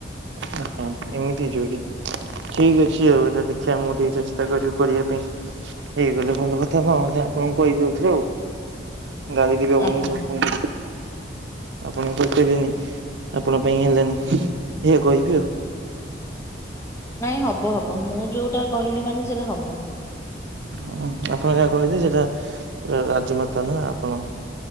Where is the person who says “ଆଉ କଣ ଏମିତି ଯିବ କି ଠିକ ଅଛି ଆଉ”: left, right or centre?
Right